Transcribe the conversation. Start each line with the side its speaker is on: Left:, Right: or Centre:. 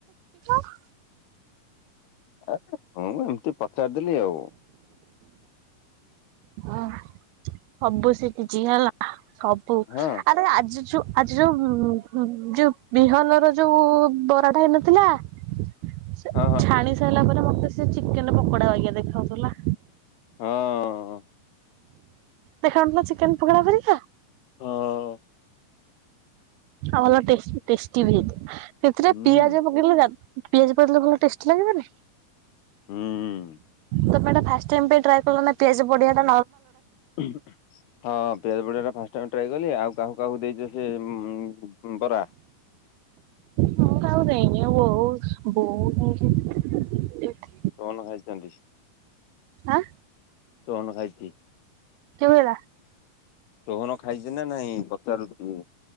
Right: <unintelligible>
Left: ଆରେ ମୁଁ ଏମିତି ପଚାରିଦେଲିି ଆଉ।
Right: ଓ ସବୁ ଶିଖିଚି ହେଲା। ସବୁ
Left: ହଁ
Right: ଆରେ ଆଜି ଯୋଉ ଆଜି ଯୋଉ ଯୋଉ ବିହନର ଯୋଉ ବରାଟା ହେଇନଥିଲା? ଛା
Left: ହଁ ହଁ
Right: ଛାଣି ସାର ଦେଖିଲା ପରେ ମତେ ସେ ଚିକେନ ପକୋଡା ବାଗିଆ ଦେଖାଯାଉଥିଲା।
Left: ହଁ
Right: ଦେଖାଯାଉନଥିଲା ଚିକେନ ପକୋଡା ପରିକା?
Left: ହଁ।
Right: ଆଁ ଭଲ ଟେଷ୍ଟ ଟେଷ୍ଟି ବି ହେଇଥିଲା। ସେଥିରେ
Left: ହୁଁ
Right: ପିଆଜ ପକେଇଲେ ଯା ପିଆଜ ପକେଇଥିଲେ ଭଲ ଟେଷ୍ଟି ଲାଗିବନି।
Left: ହୁଁ
Right: ତ ମ୍ୟାଡ଼ାମ ଫାଷ୍ଟ ଟାଇମ ପାଇଁ ଟ୍ରାଏ କଲ ନା ପିଆଜ ପଡ଼ିଆଟା
Left: ହଁ ପିଆଜ ପଡ଼ିଆ ଟା ଫାଷ୍ଟ ଟାଇମ ଟ୍ରଏ ଆଉ କାହା କାହାକୁ ଦେଇଛ ସେ ବରା
Right: ମୁଁ କାହାକୁ ଦେଇନି ଆଉ ବୋ ବୋଉ ବୋଉ ହୋଉ <unintelligible>
Left: କଣ ଖାଇଛନ୍ତି?
Right: ଆଁ
Left: ତୁ ଖାଇ
Right: କେବେ ହେରା
Left: ରୋହନ ଖାଇଛି ନା ନାଇଁ ପଚାରୁଛି ମୁଁ